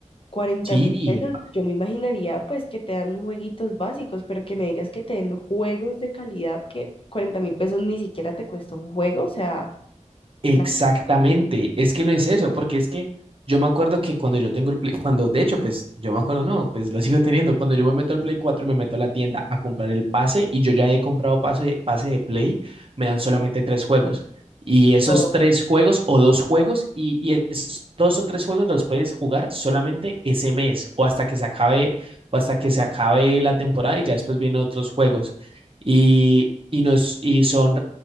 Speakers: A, on the left; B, on the right.
A: cuarenta
B: Sí,
A: mil pesos, yo me imaginaría pues que te dan jueguitos básicos, pero que me digas que te den juegos de calidad que cuarenta mil pesos ni siquiera te cuesta un juego, o sea,
B: Exactamente,
A: la-
B: es que no es eso, porque es que yo me acuerdo que cuando yo tengo el Play, cuando de hecho, pues yo me acuerdo, no, pues lo sigo teniendo, cuando yo me meto al Play 4 y me meto a la tienda a comprar el pase y yo ya he comprado pase, pase de Play, me dan solamente tres juegos. Y esos
A: no.
B: tres juegos o dos juegos y, y esos dos o tres juegos los puedes jugar solamente ese mes o hasta que se acabe o hasta que se acabe la temporada y ya después vienen otros juegos. Y, y, nos, y son